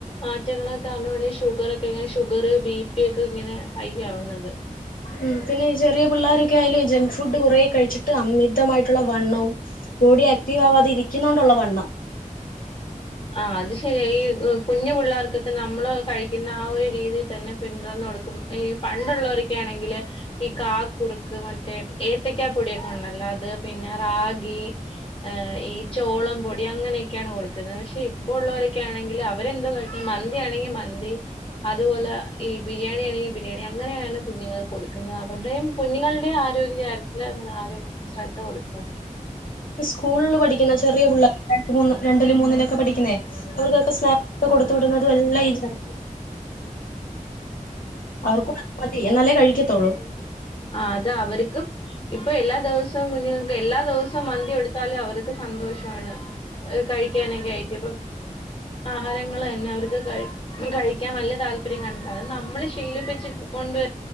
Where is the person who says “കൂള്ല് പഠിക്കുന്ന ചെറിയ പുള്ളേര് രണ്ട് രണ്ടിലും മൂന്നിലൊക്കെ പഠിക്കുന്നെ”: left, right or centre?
Left